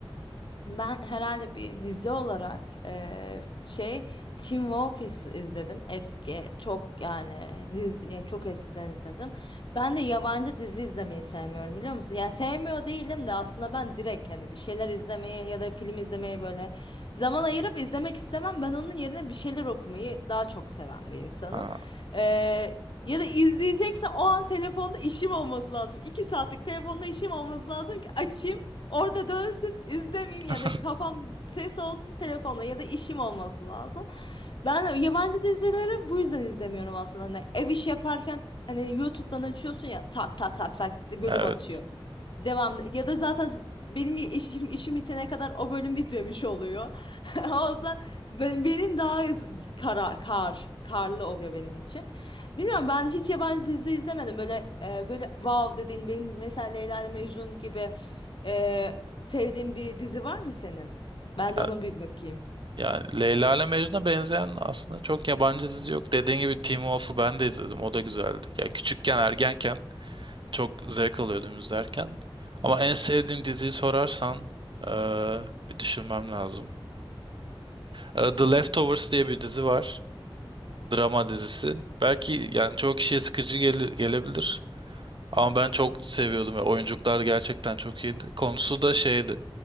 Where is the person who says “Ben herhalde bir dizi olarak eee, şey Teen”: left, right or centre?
Left